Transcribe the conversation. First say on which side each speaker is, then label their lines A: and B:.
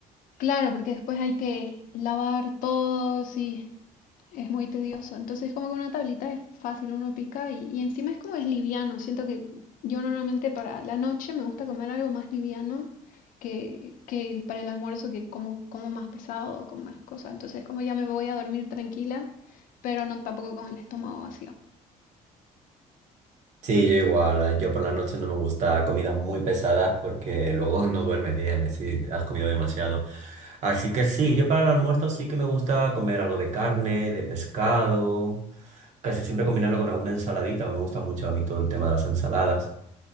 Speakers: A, on the left; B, on the right.
A: Claro, porque después hay que lavar todo, sí, es muy tedioso. Entonces, como que una tablita es fácil, uno pica y, y encima es como es liviano. Siento que yo normalmente para la noche me gusta comer algo más liviano que, que para el almuerzo, que como, como más pesado, con más cosas. Entonces, como ya me voy a dormir tranquila, pero no tampoco con el estómago vacío.
B: Sí, yo igual, ah, yo por la noche no me gusta comidas muy pesadas porque luego <laughs> no duermes bien, si has comido demasiado. Así que sí, yo para el almuerzo sí que me gusta comer algo de carne, de pescado, casi siempre combinarlo con alguna ensaladita, me gusta mucho a mí todo el tema de las ensaladas.